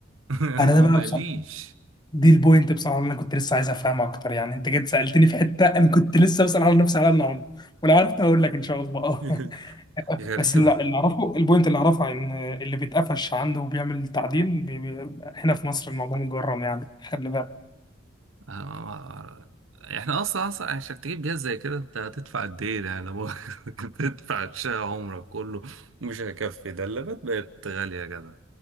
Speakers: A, on the right (about 85°); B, on the left (about 20°).
A: <laughs> ما
B: انا
A: هو
B: ده
A: ما
B: بقى
A: قاليش
B: بصراحه دي البوينت بصراحه اللي انا كنت لسه عايز افهمها اكتر يعني انت جيت سالتني في حته انا كنت لسه بسال على نفسي على النهارده ولو عرفت هقول لك ان شاء الله
A: <laughs>
B: <laughs>
A: غريبه
B: بس اللي اللي اعرفه البوينت اللي اعرفها ان اللي بيتقفش عنده وبيعمل تعديل بي بي هنا في مصر الموضوع مجرم يعني خلي بالك
A: آه، احنا اصلا اصلا عشان تجيب جهاز زي كده انت هتدفع قد ايه يعني لو <laughs> كنت تدفع شقة عمرك كله مش هيكفي ده اللابات بقت غالية يا جدع